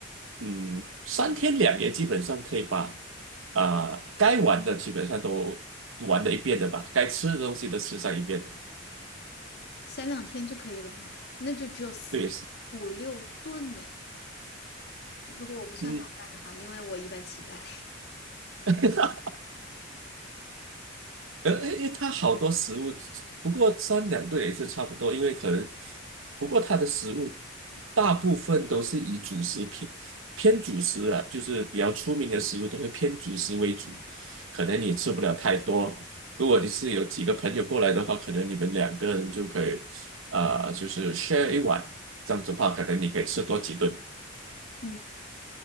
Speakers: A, on the right; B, on the left.
A: 嗯，三天两夜，基本上可以把啊、该玩的基本上都玩了一遍的吧，该吃的东西都吃上一遍的。
B: 三两天就可以了嘛，那就只有四五六顿呢。
A: 对，是
B: 如果我不算早饭的话，
A: 嗯，
B: 因为我一般起不来，
A: <laughs> 呃，因为它好多食物，不过三两顿也是差不多，因为可能，不过它的食物大部分都是以主食偏偏主食啊，就是比较出名的食物都会偏主食为主，可能你吃不了太多。如果你是有几个朋友过来的话，可能你们两个人就可以，啊、就是 share 一碗，这样子的话，可能你可以吃多几顿，
B: <laughs> 嗯，